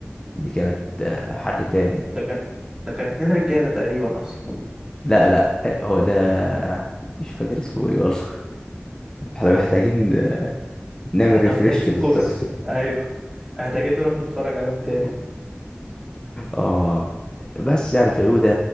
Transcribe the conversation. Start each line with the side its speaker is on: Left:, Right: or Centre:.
Left: دي كانت آه، حد تاني
Right: ده كان ده كان اتنين رجالة تقريبا أصلا
Left: لا لا هو ده مش فاكر اسمه ايه والله <laughs> احنا محتاجين نعمل
Right: احنا
Left: ريفريش
Right: محتاجين
Left: للذاكرة
Right: كورس
Left: <laughs>
Right: أيوه محتاجين نروح نتفرج عليهم تاني
Left: اه بس يعني فيودا